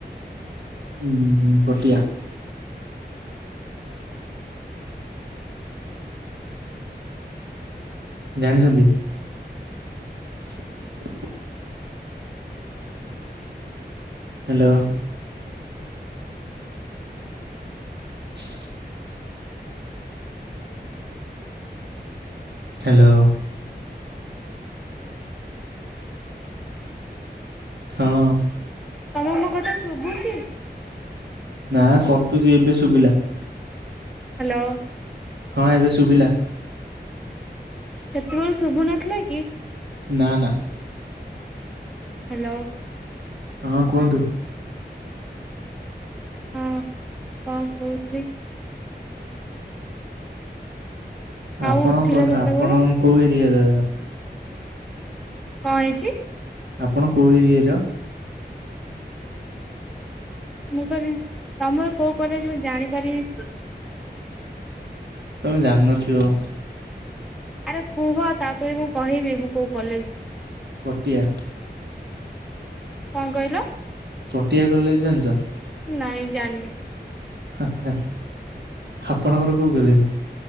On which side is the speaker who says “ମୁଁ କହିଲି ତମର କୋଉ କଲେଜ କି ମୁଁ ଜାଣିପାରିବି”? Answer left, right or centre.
Centre